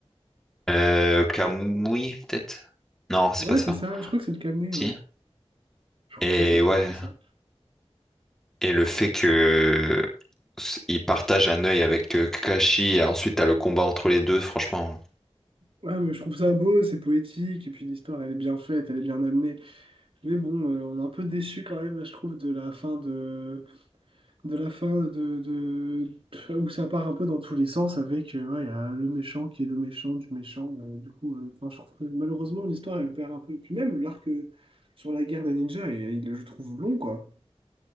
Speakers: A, in the centre; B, on the right.
A: Euh, Kamui, peut-être? Non, c'est
B: Ouais,
A: pas ça.
B: c'est ça, je crois que c'est le Kamui,
A: Si.
B: ouais. Je crois
A: Et
B: que c'est ça, je
A: ouais.
B: crois que c'est ça.
A: Et le fait que s- il partage un œil avec euh, Kakashi et ensuite t'as le combat entre les deux, franchement.
B: Ouais, mais je trouve ça beau, c'est poétique, et puis l'histoire, elle est bien faite, elle est bien amenée. Mais bon, euh, on est un peu déçu quand même, je trouve, de la fin de, de la fin de, de- de- où ça part un peu dans tous les sens avec euh, ouais, y a le méchant qui est le méchant du méchant. euh, du coup, euh, enfin, je trouve que malheureusement, l'histoire, elle perd un peu. Puis même l'arc euh, sur la guerre des ninjas, et, il je trouve long, quoi.